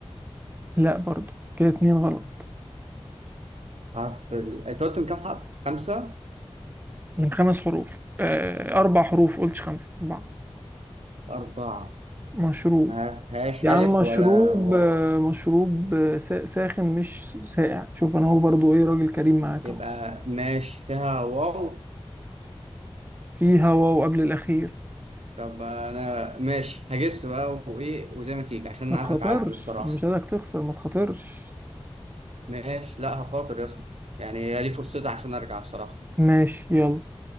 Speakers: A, on the right; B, on the right.
A: لا برضو كده اتنين غلط
B: حرف ال... أنت قلت من كام حرف؟ خمسة
A: من خمس حروف أه اربع حروف قلتش خمسة اربعة
B: أربعة
A: مشروب
B: ما فيهاش
A: يا
B: ألف
A: عم مشروب
B: ولا واو
A: آه، مشروب آه، سا- ساخن مش ساقع شوف انا هو برضو ايه راجل كريم معاك
B: يبقى
A: اهو
B: ماشي فيها واو
A: في هوا وقبل الاخير
B: طب انا ماشي هجس بقى وايه وزي ما تيجي عشان انا
A: ما تخاطرش
B: عايز اتعدل الصراحه
A: مش عايزك تخسر ما تخاطرش
B: ماشي لا هخاطر يا اسطى يعني هي دي فرصتي عشان ارجع الصراحه
A: ماشي يلا